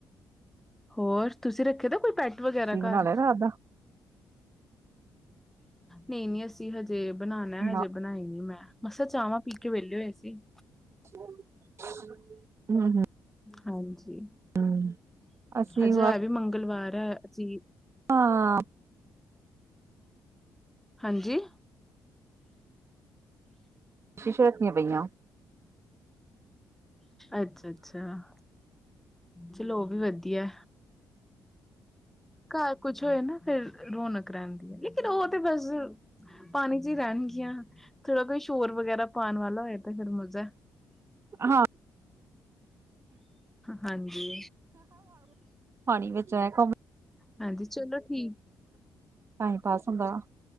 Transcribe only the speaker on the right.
ਤੁਸੀਂ ਬਣਾ
ਲਿਆ ਰਾਤ ਦਾ
ਨਾ
ਹੂੰ ਹੂੰ,
ਹੂੰ ਅਸੀਂ
ਹਾਂ।
ਸ਼ੀਸੀ਼ ਰੱਖੀਆਂ ਪਈਆਂ।
ਹਾਂ।
ਪਾਣੀ ਵਿੱਚ ਹੈਆ ਘਮ
ਟਾਈਮ ਪਾਸ ਹੁੰਦਾ।